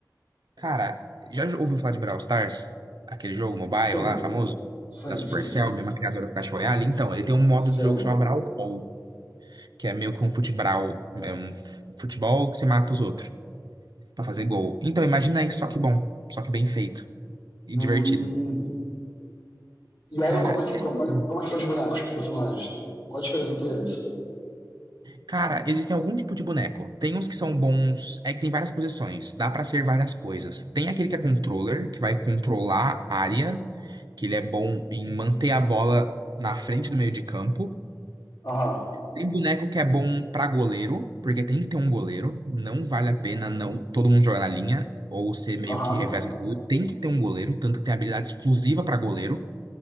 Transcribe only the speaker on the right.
cara, já ouviu falar de Brawl Stars? Aquele jogo mobile
lá, famoso?
Da Supercell,
mesma criadora do Clash Royale. Então, ele tem um modo
de jogo que chama Brawl Ball, que é meio que um futebral, é um f- futebol que você mata os outros pra fazer gol. Então, imagina isso, só que bom, só que bem feito e
divertido.
Cara,
é,
assim,
Cara, existem algum tipo de boneco. Tem uns que são bons. É que tem várias posições. Dá pra ser várias coisas. Tem aquele que é controller, que vai controlar a área, que ele é bom em manter a bola na frente do meio de campo.
Tem boneco que é bom pra goleiro, porque tem que ter um goleiro. Não vale a pena não todo mundo jogar na linha ou ser meio
que reverso do goleiro. Tem que ter um goleiro, tanto que tem habilidade exclusiva pra goleiro.